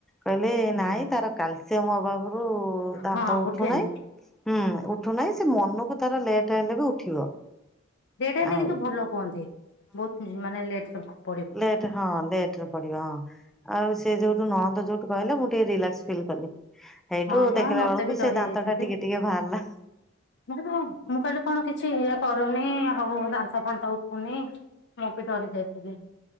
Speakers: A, in the centre; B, on the left.
A: କହିଲେ
B: ହୁଁ
A: ନାଇଁ ତାର କାଲସିୟମ ଅଭାବରୁ ଦାନ୍ତ
B: ହଁ
A: ଉଠୁନାହିଁ।
B: ଉଠେନି
A: ହୁଁ ଉଠୁନାହିଁ ସେ ମନକୁ ତାର ଲେଟ ହେଲେବି ଉଠିବ।
B: ଲେଟ ହେଲେ
A: ଆଉ
B: କିନ୍ତୁ ଭଲ କୁହନ୍ତି। ବହୁତ ମାନେ ଲେଟ <unintelligible>
A: ଲେଟ ହଁ ଲେଟର ପଡିବ ଆଉ ସେ ଯୋଉଠୁ ନଣନ୍ଦ ଯୋଉଠୁ କହିଲେ ମୁଁ ଟିକେ ରିଲାକ୍ସ ଫିଲକଲି। ହେଇଠୁ
B: ହଁ ବା
A: ଦେଖିଲା
B: ମତେ
A: ବେଳକୁ
B: ବି ଡରି
A: ସେ ଦାନ୍ତଟା
B: ଯାଇଥିଲି।
A: ଟିକେ ଟିକେ ବାହାରିଲା।
B: ମୁଁ କହିଲି କଣ କିଛି ଇଏ କରୁନି ହଉ ଦାନ୍ତ ଫାନ୍ତ ଉଠୁନି। ମୂଁ ବି ଡରି ଯାଇଥିଲି।